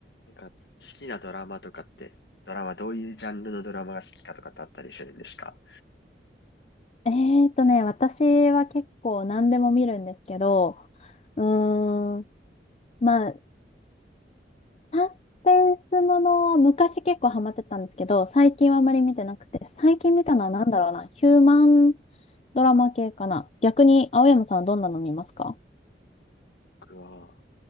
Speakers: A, on the left; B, on the left.
A: なんか、好きなドラマとかって、ドラマ、どういうジャンルのドラマが好きかとかってあったりするんですか
B: えーっとね、私は結構何でも見るんですけど、うーん、まあ、サスペンスものは昔結構ハマってたんですけど、最近はあまり見てなくて、最近見たのは何だろうな、ヒューマンドラマ系かな。逆に、青山さんはどんなの見ますか
A: 僕は、